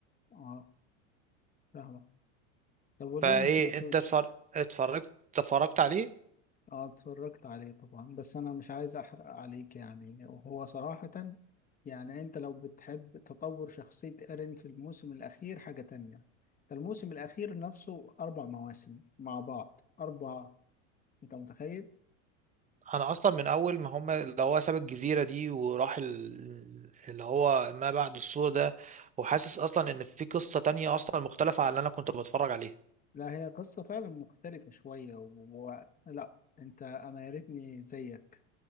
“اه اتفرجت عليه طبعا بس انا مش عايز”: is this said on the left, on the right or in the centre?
Left